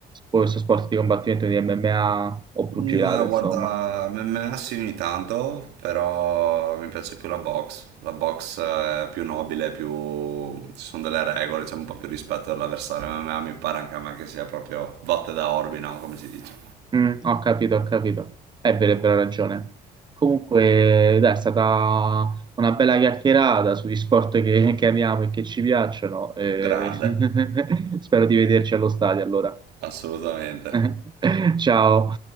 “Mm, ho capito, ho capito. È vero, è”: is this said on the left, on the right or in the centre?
Right